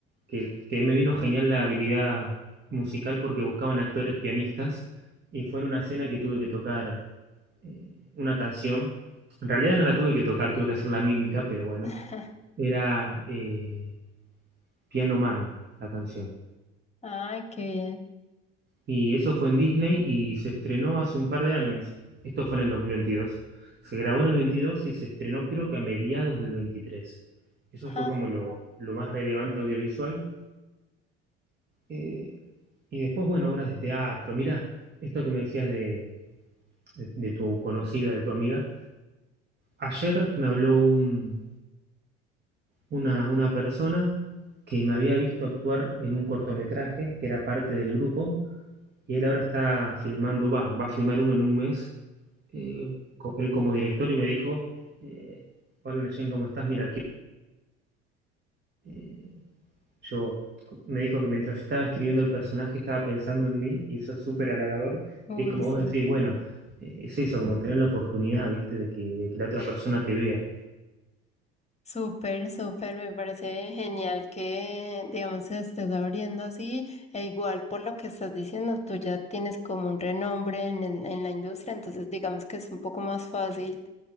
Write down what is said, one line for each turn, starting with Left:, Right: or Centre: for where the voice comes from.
Right: que, que me vino genial la habilidad musical porque buscaban actores pianistas y fue en una escena que tuve que tocar eh, una canción. En realidad no la tuve que tocar, tuve que hacer la mímica, pero bueno,
Left: <laughs>
Right: era eh, Piano Man la canción.
Left: Ay, qué bien.
Right: Y eso fue en Disney y se estrenó hace un par de años. Esto fue en el 2022. Se grabó en el 22 y se estrenó creo que a mediados del 23. Eso fue
Left: Ja,
Right: como lo, lo más relevante audiovisual. Eh, y después, bueno, obras de teatro. Mira, esto que me decías de, de, de, tu conocida, de tu amiga. Ayer me habló un, una, una persona que me había visto actuar en un cortometraje que era parte del grupo y él ahora está filmando, va, va a filmar uno en un mes eh, él como director y me dijo, eh, hola Neyen, ¿cómo estás? Mira, que, eh, yo me dijo que mientras estaba escribiendo el personaje estaba pensando en mí y eso es súper halagador.
Left: Uy,
Right: Y es como
Left: sí.
Right: vos decís, bueno, eh, es eso, como tener la oportunidad, viste, de que, de que la otra persona te vea.
Left: Súper, súper, me parece genial que, digamos, se estés abriendo así, e igual por lo que estás diciendo, tú ya tienes como un renombre en, en- en la industria, entonces digamos que es un poco más fácil